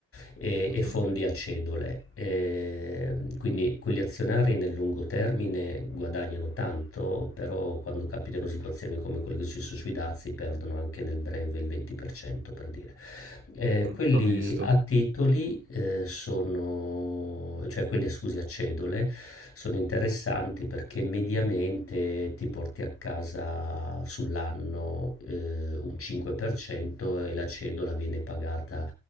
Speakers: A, on the left; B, on the right.
A: e,
B: Mhm,
A: e fondi a cedole. E quindi quegli azionari nel lungo termine guadagnano tanto, però quando capitano situazioni come quelle che ci sono sui dazi perdono anche nel breve il 20% per cento, per dire. Eh,
B: mm,
A: quelli
B: ho visto.
A: a titoli eh, sono, cioè quelli scusi, a cedole sono interessanti perché mediamente ti porti a casa sull'anno eh, un 5% e la cedola viene pagata